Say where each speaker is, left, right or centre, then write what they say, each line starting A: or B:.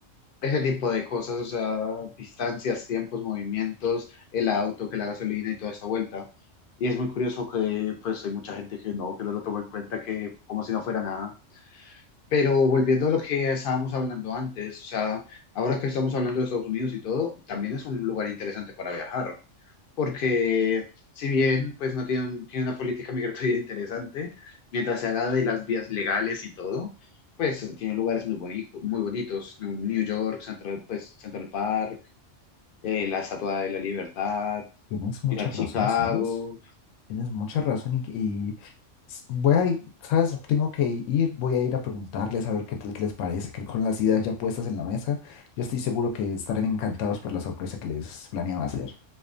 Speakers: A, on the left; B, on the left.
A: ese tipo de cosas, o sea, distancias, tiempos, movimientos, el auto, que la gasolina y toda esta vuelta. Y es muy curioso que pues hay mucha gente que no, que no lo toma en cuenta, que como si no fuera nada. Pero volviendo a lo que estábamos hablando antes, o sea, ahora que estamos hablando de Estados Unidos y todo, también es un lugar interesante para viajar porque si bien pues no tiene, un- tiene una política migratoria <laughs> interesante, mientras se haga de las vías legales y todo, pues tiene lugares muy bonitos, muy bonitos, ¿no? New York, Central, pues, Central Park, eh, la Estatua de la Libertad,
B: Tienes mucha
A: ir a Chicago,
B: razón, ¿sabes? Tienes mucha razón y, s- Voy a ir, ¿sabes? Tengo que ir, voy a ir a preguntarles a ver qué, tal- qué les parece, que con las ideas ya puestas en la mesa, yo estoy seguro que estarán encantados por la sorpresa que les planeaba hacer.